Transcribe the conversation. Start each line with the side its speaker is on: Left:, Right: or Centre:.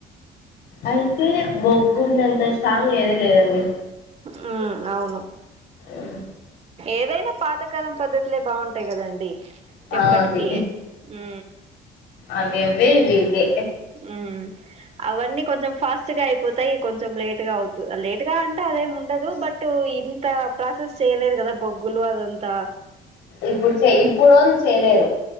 Left: అయితే బొగ్గున్నంత స్ట్రాంగ్ ఏది లేదండి
Right: హమ్ అవును
Left: ఉ
Right: ఏదైనా పాతకాలం పద్ధతులే బాగుంటాయి కదండి
Left: ఆ
Right: ఎప్పటికీ
Left: అది
Right: హు
Left: అవి అవే ఇవి ఇవే
Right: ఉ అవన్నీ కొంచెం ఫాస్ట్గా అయిపోతాయి కొంచెం లేటుగా అవుత లేటుగ అదేం ఉండదు బట్ ఇంత ప్రాసెస్ చేయలేదు కదా బొ గులు అదంతా
Left: ఇప్పుడు చే ఇప్పుడోళ్ళు చేయలేరు